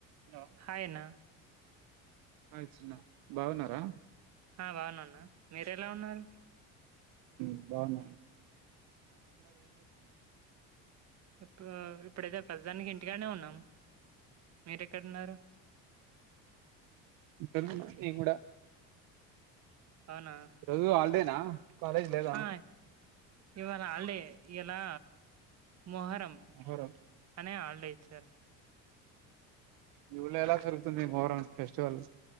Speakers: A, on the right (about 70°); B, on the right (about 45°).
A: Hello
B: hi అన్న
A: ఆ చిన్నా బాగున్నరా?
B: ఆ బాగున్న అన్న, మీరెలా ఉన్నారు?
A: మ్ బాగున్నా
B: ఇప్పుడు ఇప్పుడైతే ప్రస్తుతానికి ఇంటికాన్నే ఉన్నం మీరెక్కడున్నారు
A: ఇంటికన్నే ఉన్న నేన్ గుడ
B: అవునా
A: ఈ రోజు హల్డేనా కాలేజ్ లేదా?
B: ఆ ఇవాళ హాల్డే ఇయలా మొహరం
A: మొహరం
B: అనే హాల్డే ఇచ్చారు.
A: మీ ఊర్లో ఎలా జరుగుతుంది మొహరం ఫెస్టివల్